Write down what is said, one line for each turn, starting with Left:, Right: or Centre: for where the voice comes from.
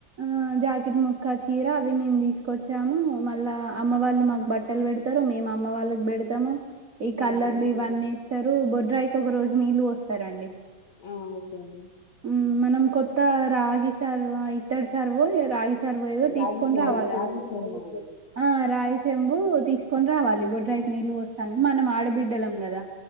Right: ఆ జాకెట్ ముక్క చీర అవి మేము తీసుకొచ్చాము మళ్ళా అమ్మ వాళ్ళు మా పెడతారు మేము అమ్మ వాళ్ళకి పెడతాము ఈ కలర్లు
Left: ఆ
Right: ఇవన్నీ సరే బొడ్రాయికి ఒక రోజు నీళ్లు పోస్తారు అండి
Left: ఆ ఓకే అండి
Right: హ్మ్ మనం కొత్త రాగి సార్వా ఇత్తడు సార్వ రాగి సర్వ ఏదో
Left: రాగి
Right: తీసుకొని
Left: చెమ్ము
Right: రావాలండి
Left: రాగి చెమ్ము అండి
Right: ఆ రాగి చెంబు తీసుకొని రావాలి బొడ్రాయికి నీళ్ళు పోస్తానికి మనం ఆడబిడ్డలం కదా